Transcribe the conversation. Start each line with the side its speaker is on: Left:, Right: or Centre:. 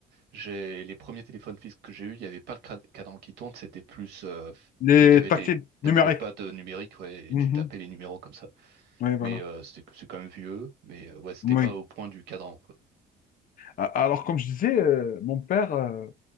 Right: J'ai les premiers téléphones fixes que j'ai eu, il n'y avait pas le cra- cadran qui tourne, c'était plus, euh,
Left: Les
Right: tu avais
Left: tactiles
Right: des, t'avais
Left: numériques.
Right: le pad numérique, ouais,
Left: Mhm.
Right: et tu tapais les numéros comme ça.
Left: Oui, voilà.
Right: Mais euh, c'était, c'est quand même vieux, mais euh, ouais, c'était
Left: Oui.
Right: pas au point du cadran, quoi.
Left: A- Alors, comme je disais, euh, mon père euh,